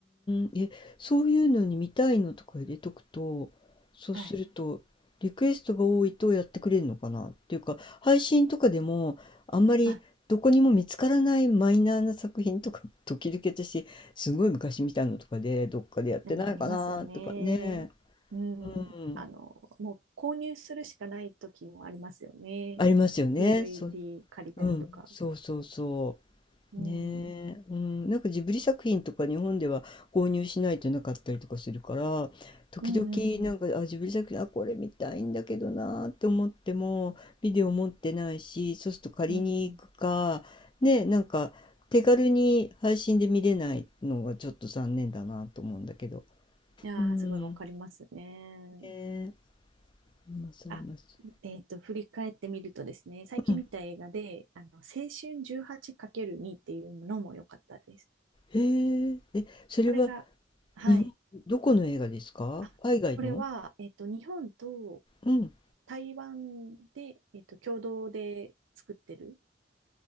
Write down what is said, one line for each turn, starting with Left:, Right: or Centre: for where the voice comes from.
Left: ん、え、そういうのに見たいのとか入れとくと、そうすると、
Right: はい。
Left: リクエストが多いとやってくれるのかなっていうか、配信とかでも、あんまりどこにも見つからないマイナーな作品とか、
Right: あ、
Left: <laughs> 時々私、すごい昔見たのとかで、どっかでやってないかなとかね、
Right: でもありますね。うん。
Left: うん、
Right: あの、もう購入するしかない時もありますよね。
Left: ありますよね。
Right: DVD
Left: そう、
Right: 借りたりとか。
Left: うん、そうそうそ
Right: うん。
Left: う。ねえ、うん、なんかジブリ作品とか日本では購入しないとなかったりとかするから時々なんかあジブリ作品あこれ見たいんだけどなーって思ってもビデオ持ってないしそうすると借りに行くかねなんか手軽に配信で見れないのがちょっと残念だなと思うんだけど
Right: うんうんうん。うんうん。いやー、
Left: うんね
Right: すごいわかりますね。
Left: え今されます
Right: あ、えっと、振り返ってみるとですね、最近見た映画で、
Left: うん
Right: あの、青春 18×2 っていうのも良かったです。
Left: へええそれは
Right: これが、はい。
Left: 日本どこの映画ですか海外の
Right: あ、これは、えっと、日本と
Left: うん
Right: 台湾で、えっと、共同で作ってる